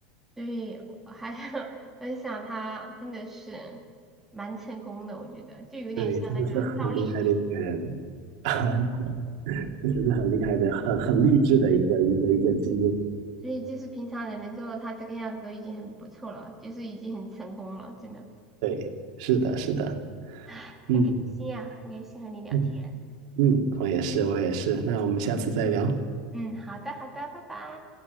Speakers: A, in the centre; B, on the right (about 55°).
A: 对，我还 <laughs> 我在想它真的是蛮成功的，我觉得就有点像那个赵丽颖。
B: 对，真的是很厉害的一个人，<laughs> 确实是很厉害的，很很励志的一个一个一个经历。
A: 所以就是平常人能做到他这个样子都已经很不错了，就是已经很成功了，真的，
B: 对，是的，是的，
A: 唉，
B: 嗯
A: 很开心呀、很开心和你聊天。
B: 嗯嗯，我也是，我也是。那我们下次再聊，
A: 嗯，好的，好的，拜拜。